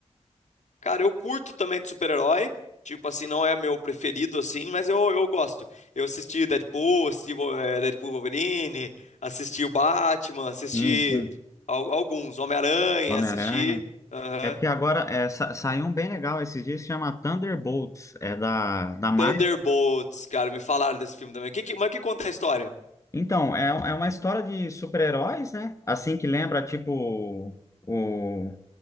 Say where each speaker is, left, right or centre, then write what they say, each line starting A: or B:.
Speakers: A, on the left; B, on the left.
A: Cara, eu curto também de super-herói. Tipo assim, não é meu preferido assim, mas eu, eu gosto. Eu assisti Deadpool, assisti Vo- eh, Deadpool Wolverine, assisti o Batman, assisti
B: Sim, sim.
A: al- alguns, Homem-Aranha,
B: Homem-Aranha.
A: assisti. aham.
B: É porque agora é, sa- saiu um bem legal esses dias, se chama Thunderbolts, é da, da Marvel.
A: Thunderbolts, cara, me falaram desse filme também. Que, que- mas que conta a história?
B: Então, é, é uma história de super-heróis, né? Assim que lembra, tipo, o